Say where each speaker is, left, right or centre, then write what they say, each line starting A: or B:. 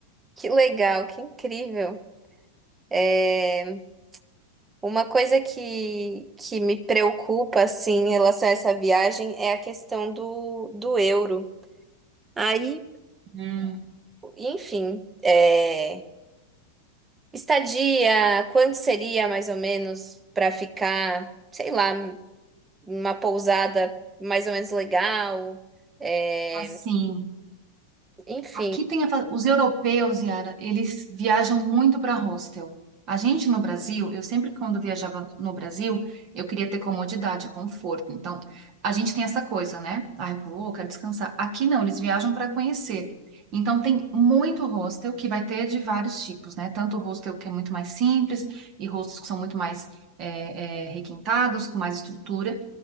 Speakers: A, on the right; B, on the right.
A: Que legal, que incrível. É, Uma coisa que, que me preocupa, assim, em relação a essa viagem é a questão do, do euro. Aí,
B: Hum.
A: enfim, é, estadia, quanto seria mais ou menos para ficar, sei lá, uma pousada mais ou menos legal? É,
B: Assim.
A: enfim,
B: Aqui tem a fa- os europeus, Yara, eles viajam muito para hostel. A gente no Brasil, eu sempre quando viajava no Brasil, eu queria ter comodidade, conforto. Então, a gente tem essa coisa, né? Ah, eu vou, eu quero descansar. Aqui não, eles viajam para conhecer. Então, tem muito hostel que vai ter de vários tipos, né? Tanto hostel que é muito mais simples e hostels que são muito mais eh, eh, requintados, com mais estrutura.